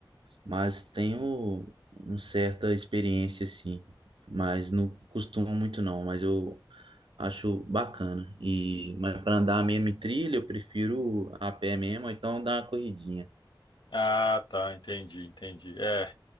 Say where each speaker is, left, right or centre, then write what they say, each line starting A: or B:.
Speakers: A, on the right; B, on the left.
A: mas tenho uma certa experiência assim. Mas não costumo muito não, mas eu Acho bacana. E, mas para andar a mesma trilha, eu prefiro a pé mesmo, ou então dar uma corridinha.
B: Ah, tá, entendi, entendi. É,